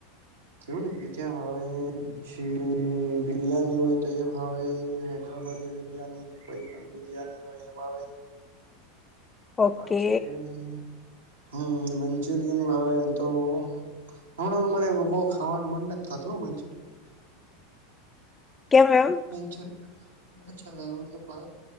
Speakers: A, on the right; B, on the left.
A: જેવું ને પીજામાં આવે પછી બિરિયાની હોય તો એ ભાવે હૈદરાબાદી બિરિયાની કે કોઈ પણ બિરિયાની હોય એવા હોય
B: ઓકે
A: બાકી હમ મંચુરયન ભાવે એમ તો. હમણાં તો મને બઉ ખાવાનું મન નથી થાતું મંચુરિયન.
B: કેમ એમ
A: મંચર અછલબ